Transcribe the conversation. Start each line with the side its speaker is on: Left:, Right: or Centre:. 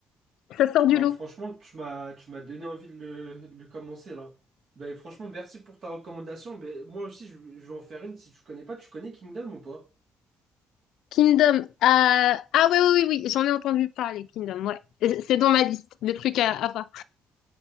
Left: Ça sort
Right: Bah
Left: du lot.
Right: franchement, tu m'as tu m'as donné envie de le, de le commencer là. Bah franchement, merci pour ta recommandation. Bah, moi aussi, je, je vais en faire une. Si tu connais pas, tu connais Kingdom ou pas?
Left: Kingdom. euh, Ah oui, oui, oui, oui, j'en ai entendu parler, Kingdom. Ouais. C'est dans ma liste de trucs à, à voir.